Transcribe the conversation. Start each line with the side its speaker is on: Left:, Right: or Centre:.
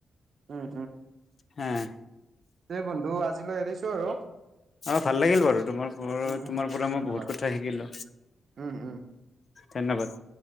Right: উম,
Left: হম
Right: এই বন্ধু আজিলৈ এৰিছো আৰু।
Left: অ', ভাল লাগিল বাৰু তোমাৰ
Right: উম, উম,
Left: তোমাৰ
Right: ভাল লাগে
Left: পৰা মই
Right: ধন্যবাদ
Left: বহুত কথা শিকিলো
Right: উম, উম।
Left: ধন্যবাদ